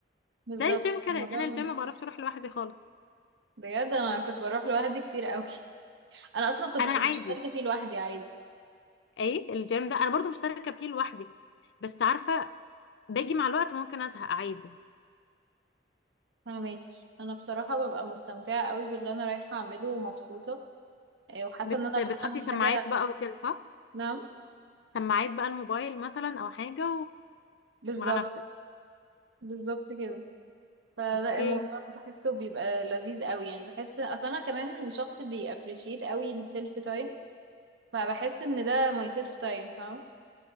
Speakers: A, on the right; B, on the left.
A: بالظبط
B: زي الجيم كده
A: الموضوع
B: يعني انا الجيم ما بعرفش اروح لوحدي خالص
A: بجد انا كنت بروح لوحدي كتير قوي <laughs> انا اصلا كنت
B: انا عادي
A: مشتركة فيه لوحدي عادي
B: ايه الجيم ده انا برضو مشتركة فيه لوحدي بس عارفة باجي مع الوقت ممكن ازهق عادي
A: فاهمك انا بصراحة ببقى مستمتعة قوي باللي انا رايحة اعمله ومبسوطة إيه، وحاسة
B: بت...
A: ان انا
B: بتحطي
A: رايحة اعمل
B: سماعات
A: حاجة
B: بقى وكده صح
A: نعم
B: سماعات بقى الموبايل مثلا او حاجة
A: بالظبط
B: ومع نفسك
A: بالظبط كده فلا
B: اوكي
A: الموضوع بحسه بيبقى لذيذ قوي يعني بحس اصلا انا كمان شخص بيابريشيت قوي السيلف تايم فبحس ان ده ماي سيلف تايم فاهمه